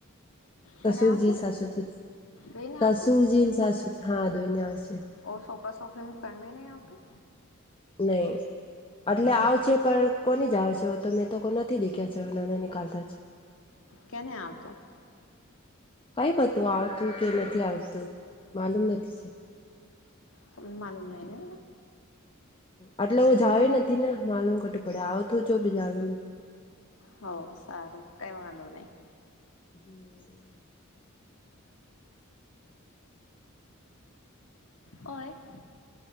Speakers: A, on the left (about 25°); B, on the left (about 75°).
A: સસુરજી
B: કેને આવશે
A: સાસુજી
B: બેને આવશે
A: સસુરજી સાસુજી હા <unintelligible>
B: ઓ સોખા સોખી કામે ને આવતી
A: નઈ એટલે આવ છે પર કો ની જા છે તો મેં તો કો નથી દેખ્યા છે નાને નનીકાલતા જ
B: કેને આવતો
A: કઈ બતું આવતું કે નથી આવતું માલુમ નથી છે
B: તમને માલુમ નહી ને
A: આટલે જાવે નથી ને માલુમ કટું પડે આવતું જો બી જ આવીને
B: હો સારું કઈ વાંધો નઈ
A: હમ
B: અ